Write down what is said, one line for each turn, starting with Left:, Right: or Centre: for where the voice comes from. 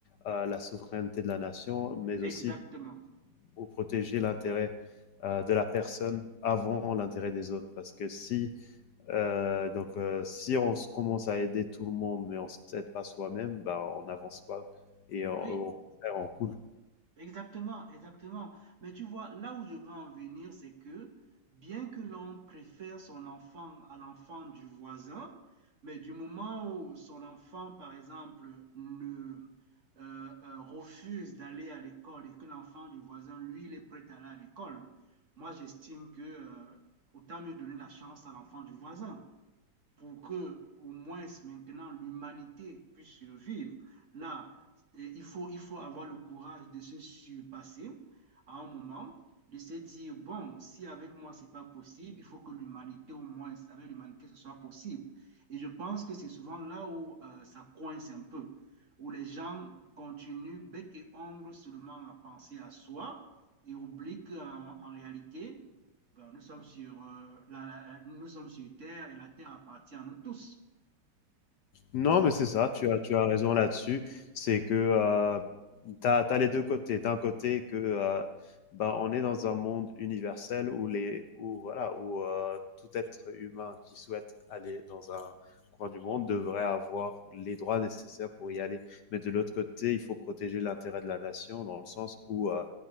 Left: heu, la souveraineté de la nation, mais aussi
Right: Exactement.
Left: pour protéger l'intérêt, heu, de la personne avant l'intérêt des autres. Parce que si, heu, donc, heu, si on se commence à aider tout le monde, mais on ne s'aide pas soi-même, bah, on n'avance pas et euh, au
Right: Oui.
Left: contraire, on coule.
Right: Exactement, exactement. Mais tu vois, là où je veux en venir, c'est que bien que l'on préfère son enfant à l'enfant du voisin, mais du moment où son enfant, par exemple, ne, euh, euh, refuse d'aller à l'école et que l'enfant du voisin, lui, il est prêt à aller à l'école, moi, j'estime que, euh, autant mieux donner la chance à l'enfant du voisin pour que au moins maintenant l'humanité puisse survivre. Là, eh, il faut, il faut avoir le courage de se surpasser à un moment, de se dire, bon, si avec moi c'est pas possible, il faut que l'humanité au moins, avec l'humanité, ce soit possible. Et je pense que c'est souvent là où euh, ça coince un peu, où les gens continuent bec et ongle seulement à penser à soi et oublient qu'en en réalité, ben, nous sommes sur, euh, la, la- nous sommes sur terre et la terre appartient à nous tous.
Left: Non, mais c'est ça, tu as tu as raison là-dessus. C'est que, heu, tu as les 2 côtés. D'un côté que, heu, bah, on est dans un monde universel où les où voilà, où, heu, tout être humain qui souhaite aller dans un coin du monde devrait avoir les droits nécessaires pour y aller. Mais de l'autre côté, il faut protéger l'intérêt de la nation dans le sens où, heu